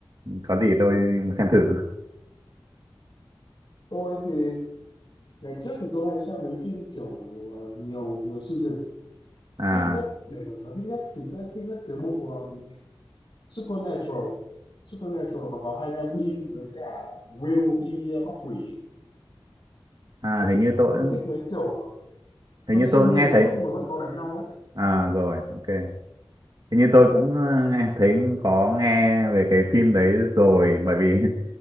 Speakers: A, on the right; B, on the left.
A: có gì tôi xem thử.
B: Tôi thì ngày trước thì tôi hay xem mấy phim kiểu ờ, nhiều nhiều season
A: À,
B: thích nhất để mà nói thích nhất thì thích, thích nhất cái bộ um, Supernatural Supernatural mà có hai anh em Dean với cả Will đi uh, mắt quỷ
A: à
B: tôi,
A: hình như tôi
B: tôi thích mấy kiểu uh,
A: hình
B: hơi
A: như
B: siêu
A: tôi
B: nhiên
A: nghe
B: một
A: thấy
B: chút nhưng mà vẫn có đánh nhau ấy
A: à rồi, ok. Hình như tôi cũng ờ, nghe thấy có nghe về cái phim đấy rồi bởi vì <laughs>